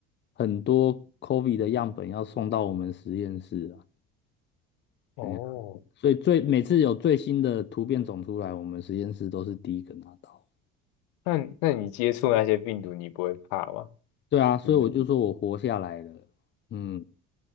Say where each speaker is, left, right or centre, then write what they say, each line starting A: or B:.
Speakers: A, on the left; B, on the left.
A: 很多 COVID 的样本要送到我们实验室啊，
B: 哦，
A: 哎呀，所以最每次有最新的突变种出来，我们实验室都是第一个拿到。
B: 那那你接触那些病毒，你不会怕吗？
A: 对啊，所以我就说我活下来了，
B: 就是
A: 嗯，